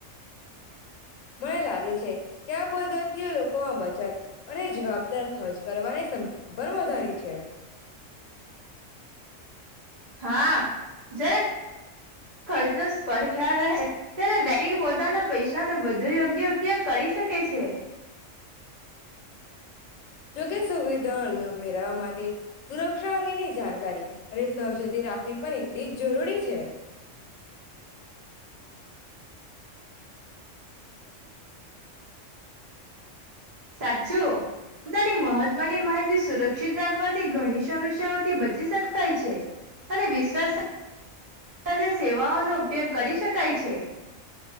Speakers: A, on the left; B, on the right.
A: મને લાગે છે ક્યા પદ્ધતિઓ લોકોમાં બચત અને જવાબ <unintelligible> અર ખર્ચ કરવાની પણ વધારી છે <unintelligible>
B: હા જ્યારે ખર્ચ ન સ્પષ્ટ ખ્યાલ રહે ત્યારે વ્યક્તિ <unintelligible> પોતાના પૈસાનો વધુ યોગ્ય ઉપયોગ કરી શકે છે
A: જો કે સુવિધા લાભ મેરાવવા માટે <unintelligible> સુરક્ષા અંગેની <unintelligible> જાણકારી અને સવજતી રાખવી પણ એટલી જ જરૂરી છે. <inaudible>
B: સાચું. પોતાની મહત્વની માહિતી સુર ક્ષિત રાખવાથી ઘણી સમસ્યાઓથી બચી શકાય છે અને વિશ્વાસ સાથે સેવાઓનો ઉપયોગ કરી શકાય છે.